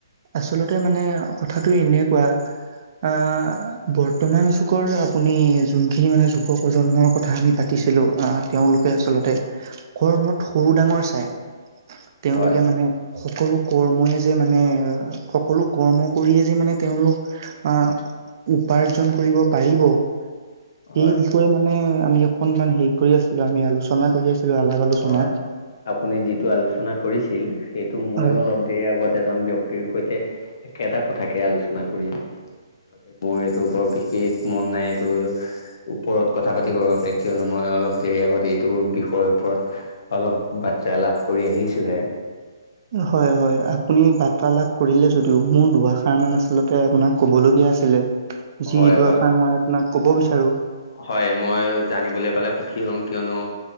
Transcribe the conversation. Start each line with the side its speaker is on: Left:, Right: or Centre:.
Right: আচলতে মানে কথাটো এনেকুৱা আহ বৰ বৰ্তমান যুগৰ আপুনি যোনখিনি মানে যুৱ প্ৰজন্মৰ কথা আমি পাতিছিলোঁ আ তেওঁলোকে আচল লতে কৰ্মত সৰু ডাঙৰ চাই। তেওঁলোকে
Left: হয়
Right: মানে সকলো কৰ্মই যে মানে সকলো কৰ্ম কৰিয়েই যে মানে তেওঁলোক আহ উপাৰ্জন কৰিব পাৰিব সেই
Left: হয়
Right: বিষয়ে মানে আমি অকনমান হেৰি কৰি আছিলো আমি আলোচনা কৰি আছিলো আলাপ আলোচনা।
Left: হয়। আপুনি যিটো আলোচনা কৰিছিল সেইটো ময়ো
Right: হয়
Left: অলপ দেৰি আগত এজন ব্যক্তিৰ সৈতে একেটা কথাকে আলোচনা কৰি আছে মোৰ এইটো বৰ বিশেষ মন নাই এইটো ওপৰত কথা পাতিবৰ বাবে কিয়নো মই অলপ দেৰি আগত এইটো বিষয়ে ওপৰত অলপ বাৰ্তা লাভ কৰি আহিছোহে।
Right: হয় হয়। আপুনি বাৰ্তা লাভ কৰিলে যদিও মোৰ দুআষাৰ মান আছিলে ত আপোনাক কবলগীয়া আছিলে। যি
Left: হয়
Right: দুআষাৰ
Left: বা-
Right: মই আপোনাক ক'ব বিচাৰো।
Left: হয় মই জানিবলৈ পালে সুখী হ'ম কিয়নো